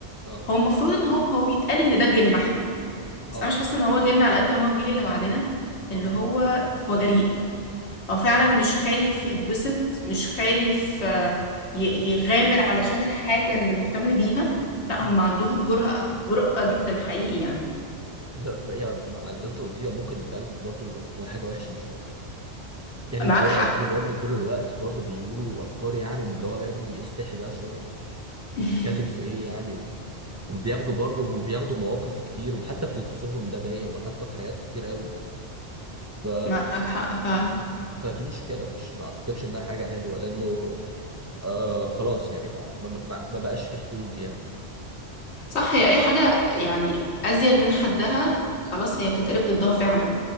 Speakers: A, on the right; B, on the left.
A: اه
B: هو المفروض ان هو هو بيتقال ان ده جيلنا احنا
A: اه
B: بس انا مش حاسه ان هو جيلنا على قد ما هو الجيل اللي بعدنا
A: اه
B: اللي هو هو جريء هو فعلا
A: مم،
B: مش خايف يتبسط مش خايف آه، ي- يغامر علشان الحاجه اللي مهتم بيها لا
A: مم.
B: هم عندهم جرأة جرأة جدا حقيقي يعني
A: ده يا اللي انت قلتيه ده ممكن يتقال برضو إنه حاجه وحشه مش حلوه يعني
B: معاك
A: الجرأة
B: حق
A: دي برضو طول الوقت برضو بيقولوا افكار يعني من اللي هو يا ابني استحي بقى شويه
B: <laughs>
A: انت بتتكلم في ايه يعني وبياخدوا برضو وبياخدوا مواقف كتير وحتى في لبسهم ده باين وحتى في حاجات كتير قوي ف...
B: معاك حق فعلا
A: فدي مشكله مش ما اعتقدش انها حاجه حلوه لانه آه خلاص يعني بقى ما, ما, ما بقاش في حدود يعني
B: صح هي اي حاجه يعني ازيد من حدها خلاص هي بتتقلب ضدها فعلا